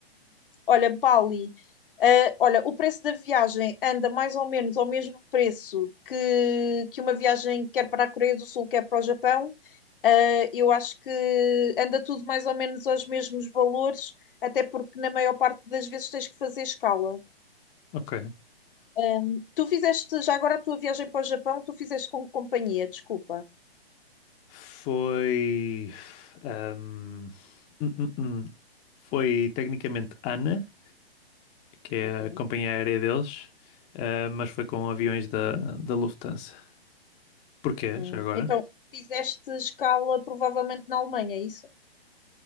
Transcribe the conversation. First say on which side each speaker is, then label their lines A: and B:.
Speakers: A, on the left (about 55°); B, on the left (about 20°).
A: Olha, Bali, eh, olha, o preço da viagem anda mais ou menos ao mesmo preço que, que uma viagem quer para a Coreia do Sul, quer para o Japão. Eh, eu acho que anda tudo mais ou menos aos mesmos valores, até porque na maior parte das vezes tens que fazer escala.
B: ok.
A: Ahm, tu fizeste já agora a tua viagem para o Japão, tu fizeste com que companhia, desculpa.
B: Foi. hum, hum, hum, hum. Foi tecnicamente Ana. que é
A: Ok.
B: a companhia aérea deles, ah, mas foi com aviões da, da Lufthansa. Porquê,
A: Hum,
B: já agora?
A: Então, fizeste escala provavelmente na Alemanha, é isso?